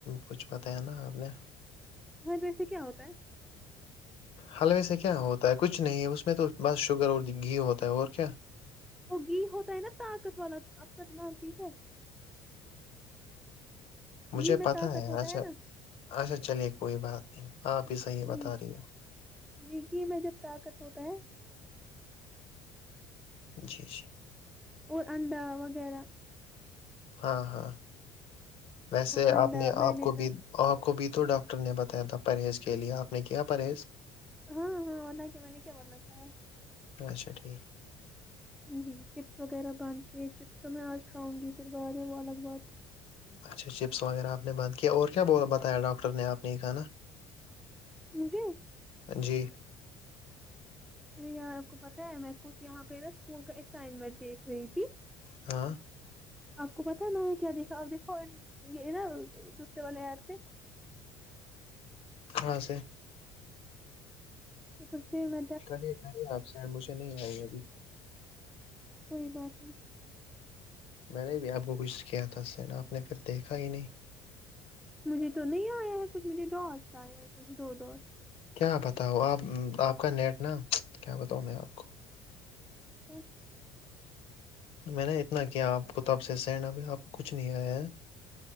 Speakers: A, on the left; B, in the centre.
A: کچھ پتا ہے نا آ نے
B: ہاں بییسے کیا ہوتا ہے
A: حلوے سے کیا ہوتا ہے کچھ نہیں ہے اس میں تو بس شوگر اور گھی ہوتا ہے اور کیا
B: تو گھی ہوتا ہے نا طاقت والا آپ کا دماغ ٹھیک ہے
A: مجھے
B: گھی میں
A: پتا
B: طاقت
A: ہے
B: ہوتا
A: اچھا
B: نا
A: اچھا چلیے کوئی بات نہیں آپ ہی صحیح بتا
B: جی
A: رہی ہو
B: جی گھی میں جب طاقت ہوتا ہے
A: جی جی
B: اور انڈا وغیرہ
A: ہاں ہاں ویسے
B: انڈا
A: آپ نے
B: بنینا
A: آپ کو بھی آپ کو بھی توو ڈاکٹر نے بتایا تھا پرہیز کے لیے آپ نے کیا پرہیز
B: ہاں ہاں بنا کے میں نے کیا بننا کھیا
A: اچھا ٹھیک
B: جی چپس وغیرہ بند کیے چپس تو میں آج کھاؤں گی پھر بعدے وہ لگ بعد
A: اچھا چپس وغیرہ آپ نے بند کیا اور کیا بتایا ڈاکٹر نے آپ نے یہ کھانا
B: مجھے
A: جی
B: ارے یہار آپ کو پتاہ ہے میں کچھ یہاں پہ نا اسکول کا اسائنمنٹ دیکھ رہی تھی
A: ہاں
B: آپ کو پتا ہے میںنے کیا دیکھا ا دیکھو یہ نا دوسرے والے سے
A: کہاں سے
B: <unintelligible>
A: کرے کرے آپ س مجھے نہیں آئی ابھی
B: کوئی بات نہیں
A: میں نے بھی آپ کو کچھ کیا تھا شاید آپ نے پھر دیکھا ہی نہیں
B: مجھے تو نہیں آیا ہے کچھ مجھے ڈاٹس آئے ہیں کچھ دو ڈاٹس
A: کیا بتاؤ آپ آپ کا نیٹ نا کیا بتاؤ میں آپ کو
B: کیا
A: میں نے اتنا کیا آپ کو تب سے سینڈ ابھی آپ کو کچھ نہیں آیا ہے